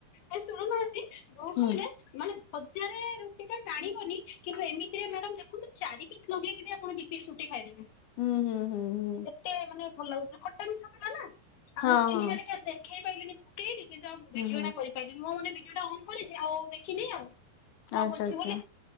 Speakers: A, on the left; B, on the left.
A: ଏ ଶୁଣୁନାହାନ୍ତି ବୋଉ
B: ହୁଁ।
A: କହିଲେ ମାନେ ହଜାରେ ରୁଟି ଟା ଟାଣିବନି କିନ୍ତୁ ଏମିତିରେ ମ୍ୟାଡମ ଦେଖନ୍ତୁ ଚାରି ପିସ୍ ଲଗେଇକି ଆପଣ ଦି ପିସ୍ ରୁଟି ଖାଇଦେବେ।
B: ହୁଁ ହୁଁ ହୁଁ ହୁଁ।
A: ଏତେ ମାନେ ଭଲ ଲାଗୁଥିଲା, ଖାଟା ମିଠା ଥିଲା ନା।
B: ହଁ
A: ଆମ ଚିନି
B: ହଁ
A: ଟା ବି କେତେ? ଖାଇ ପାରିଲନି ପକେଇଲି କିନ୍ତୁ ଆମେ
B: ହୁଁ
A: ଭିଡିଓଟା
B: ହୁଁ
A: କରିପାରିଲୁନୁ ମୁଁ ମାନେ ଭିଡିଓ ଟା ଅନ୍ କରିଛି ଆଉ ଦେଖିନି ଆଉ।
B: ଆଛା
A: ଅଫ୍ ଅଛି
B: ଆଛା
A: ବୋଲି